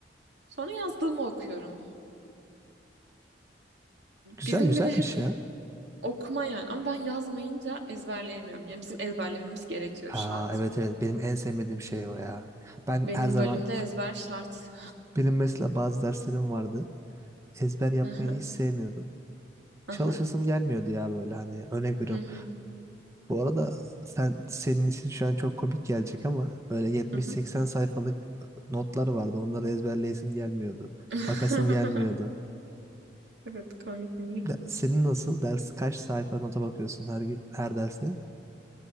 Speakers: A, on the right; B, on the right.
A: sonra yazdığımı okuyorum.
B: Güzel
A: Bizim
B: güzelmiş
A: bir de hep
B: ya.
A: okuma yani ama ben yazmayınca ezberleyemiyorum. Yani bizim ezberlememiz gerekiyor
B: Ha
A: şart.
B: evet evet benim en sevmediğim şey o ya. Ben
A: Benim
B: her zaman
A: bölümde ezber şart.
B: <laughs> benim mesela bazı derslerim vardı. Ezber yapmayı
A: Hı hı.
B: hiç sevmiyordum.
A: Hı
B: Çalışasım gelmiyordu ya böyle hani örnek veriyorum.
A: Hı hı.
B: Bu arada sen senin için şu an çok komik gelecek ama böyle 70-80
A: Hı
B: sayfalık notlar vardı. Onları ezberleyesim gelmiyordu.
A: <laughs>
B: Bakasım
A: hı.
B: gelmiyordu.
A: Evet komik mi?
B: De- senin nasıl? Ders kaç sayfa nota bakıyorsun her gün- her derse?